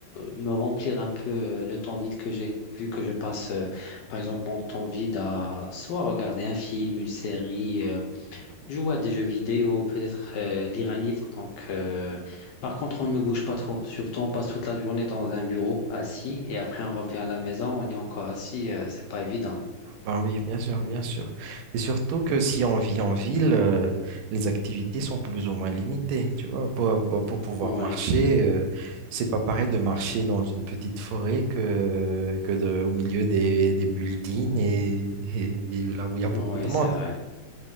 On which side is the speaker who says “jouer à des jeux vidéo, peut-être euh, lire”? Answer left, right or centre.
Left